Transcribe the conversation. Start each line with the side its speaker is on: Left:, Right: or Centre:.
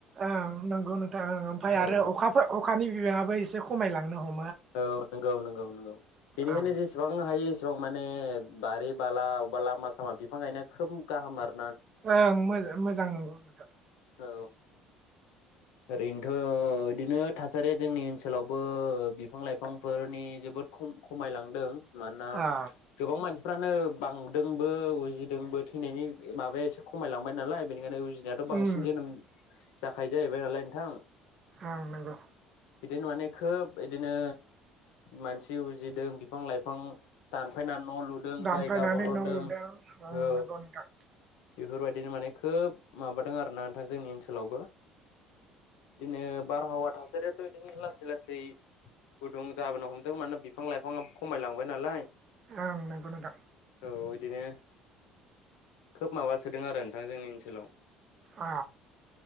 Right: ओं नंगौ नोंथांं ओमफ्राय आरो
Left: औ
Right: अखाफोर अखानि बिबाङाबो एसे एसे खमायलांनो हम
Left: औ नंगौ नंगौ नंगौ बेनिखायनो
Right: ओं
Left: जेसेबां हायो बिफां माने बारि बाला बबेबा लामा सामा बिफां गायनाया खोब गाहाम आरो ।
Right: ओं मोजां मोजां नंगौ ।
Left: औ ओरैनो थ' बिदिनो थासारिया जोंनि ओनसोलावबो बिफां लाइफांफोरनि जोबोद खम खमायलांदों । मानोना
Right: ओ
Left: गोबां मानसि फ्रानो बांदोंबो उजिदोंबो थैनायनि माबाया एसे खमायलांबाय नालाय बेनिखायनो उजि- नायाथ'
Right: उम
Left: बांसिन जोनोम जाखायो जाहैबाय नालाय नोंथां ।
Right: ओं नंगौ
Left: बिदिनो माने खोब बिदिनो मानसि उजिदों बिफां लाइफां दानफायनानै न' लुदों
Right: दामफायनानै
Left: जायगा बरनदों
Right: न' लुदों उम
Left: औ
Right: नंगौ नोंथां।
Left: बेफोरबायदिनो माने खोब माबादों आरोना नोंथां जोंनि ओनसोलावबो दिनो बारहावा थासारियाथ' इदिनो लासै लासै गुदुं जाबोनो हमदों मानोना बिफां लाइफाङाबो खमायलांबाय नालाय ।
Right: ओं नोंगौ नोंथां
Left: औ बिदिनो खोब माबा सोदों आरो नोंथां जोंनि ओनसोलाव।
Right: ओ